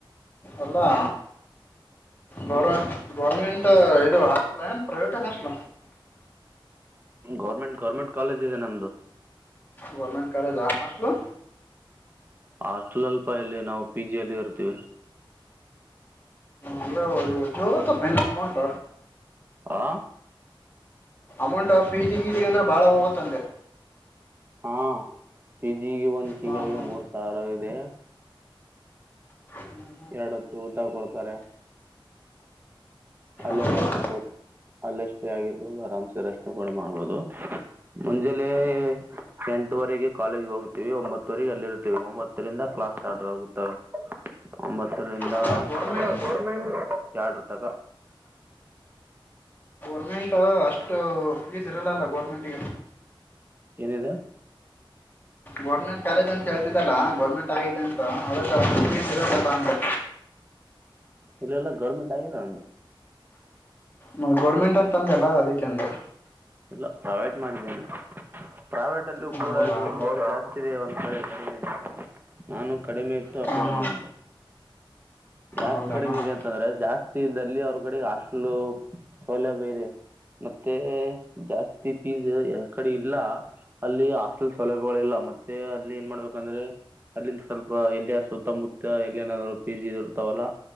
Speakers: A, on the left; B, on the right.
A: ಅಲ್ಲಾ
B: ಹ್ಞೂ
A: ಗೌರ್ಮ್ ಗೌರ್ಮೆಂಟ್ <inaudible> ಇದು ಹಾಸ್ಟಲ್ ಏನ್ private hostel
B: government government college ಇದೆ ನಮ್ದು
A: ಗೌರ್ಮೆಂಟ್ ಕಾಲೇಜ್ ಹಾಸ್ಟೆಲ್
B: ಹಾಸ್ಟೆಲ್ ಅಲ್ಪಾ ಇಲ್ಲಿ ನಾವು ಪಿ ಜಿ ಅಲ್ಲಿ ಇರ್ತೀವಿ
A: ಅಂದ್ರೆ ಇವು ಜೋವುತಪ್ಪಾ ಇನ್ನ ಅಮೌಂಟ್
B: ಹಾ
A: ಅಮೌಂಟೋ ಪಿಜಿ ಗಿಜಿ ಅಂದ್ರ ಭಾಳಾ ಹೋಗುತ್ತಂದೆ
B: ಹಾ ಪಿಜಿ ಈಗಿ ಒಂದ ತಿಂಗಳಿಗೆ
A: ಹಾಂ ಹಾಂ
B: ಮೂರ್ ಸಾ ಸಾವಿರ ಹೋಗಿದೆ
A: ಹ್ಞೂ ಹ್ಞೂ
B: ಎರಡ ಹೊತ್ತು ಊಟಾ ಕೊಡ್ತಾರೆ ಅಲ್ಲೇ
A: ಹೌದಾ
B: ಮಲ್ಕೊಬೋದು ಅಲ್ಲೇ ಸ್ಟೇ ಆಗಿರಬೋದು ಆರಾಮ್ಸೆ ರೆಸ್ಟ್ ಕೂಡಾ ಮಾಡ್ಬೋದು ಮುಂಜಲೇ ಎಂಟುವರಿಗಿ ಕಾಲೇಜ್ ಹೋಗುತ್ತೀವಿ ಒಂಬತ್ತುವರಿಗೆ ಅಲ್ಲಿರ್ತೀವಿ ಒಂಬತ್ತರಿಂದ ಕ್ಲಾಸ್ ಸ್ಟಾರ್ಟ ಆಗುತ್ತವೆ ಒಂಬತ್ತರಿಂದ
A: ಅಲ್ಲ ಗೌರ್ಮೆಂಟ್
B: ಅಲ್ಲಾ ಗೌರ್ಮೆಂಟ್ ಎರಡೂರ್ ತಕ
A: ಗೌರ್ಮೆಂಟು ಅಷ್ಟ ಫೀಸ್ ಇರಲ್ಲಲ್ಲಾ ಗೌರ್ಮೆಂಟಿಗೆ
B: ಏನಿದೆ
A: ಗೌರ್ಮೆಂಟ್ ಕಾಲೇಜ್ ಅಂತ ಹೇಳ್ತಿದಲ್ಲಾ ಗೌರ್ಮೆಂಟ್ ಆಗಿದೆ ಅಂತ ಅದಕ ಅಷ್ಟ ಫೀಸ್ ಇರಲಲ್ಲ ಅಂದೆ
B: ಇಲ್ಲಲ್ಲಾ ಗೌರ್ಮೆಂಟ್ ಆಗಿಲ್ಲಾ ನಂದು
A: ಮತ್ತ್ ಗೌರ್ಮೆಂಟ್ ಅಂತಂದೆಲ್ಲಾ ಅದಿಕ್ಕೆ ಅಂದೆ
B: ಇಲ್ಲ ಪ್ರಾವೇಟ್ ಮಾಡಿದ್ದೇನೆ ಪ್ರಾವೇಟ್ ಅಲ್ಲೂ
A: ಹ್ಮ್,
B: ಕೂಡಾ
A: ಹೌದಾ
B: <unintelligible> ಸರಿ ಕಡಿಮೆ ಇದೆ ನಾನು ಕಡಿಮೆ ಇತ್ತು
A: ಹಾ
B: ಆ ಕಡೆ
A: ಹಾ
B: ಮಾಡ್ದೆ ಯಾಕ್
A: ಹೌದಣ
B: ಕಡಿಮೆ
A: ಹಾ
B: ಇದೆ ಅಂತಂದ್ರೆ ಜಾಸ್ತಿ ಫ್ರೀ ಇದ್ದಲ್ಲಿ ಅವ್ರ ಕಡೆ ಹಾಸ್ಟೆಲು ಸೌಲಭ್ಯ ಇದೆ ಮತ್ತೆ ಜಾಸ್ತಿ ಫೀಜ್ ಯಕಡಿ ಇಲ್ಲಾ ಅಲ್ಲಿ ಹಾಸ್ಟೆಲ್ ಸೌಲಭ್ಯಗಳ ಇಲ್ಲ ಮತ್ತೆ ಅಲ್ಲಿ ಏನ್ ಮಾಡ್ಬೇಕಂದ್ರೆ ಅಲ್ಲಿಂದ ಸ್ವಲ್ಪ ಎಲ್ಲಿಯ ಸುತ್ತಮುತ್ತ ಎಲ್ಲಿ ಏನಾದ್ರು ಪಿ ಜಿ ಇದರ್ತಾವಲ್ಲ